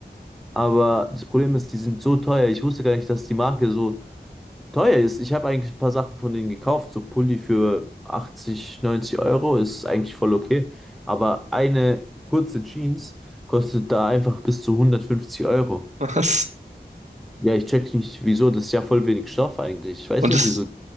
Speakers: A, in the centre; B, on the right.
A: aber das Problem ist, die sind so teuer. Ich wusste gar nicht, dass die Marke so teuer ist. Ich habe eigentlich ein paar Sachen von denen gekauft. So Pulli für 80, 90 Euro ist eigentlich voll okay. Aber eine kurze Jeans kostet da einfach bis zu 150 Euro.
B: Was?
A: Ja, ich check nicht, wieso. Das ist ja voll wenig Stoff eigentlich. Ich weiß
B: Und
A: nicht,
B: das,
A: wieso.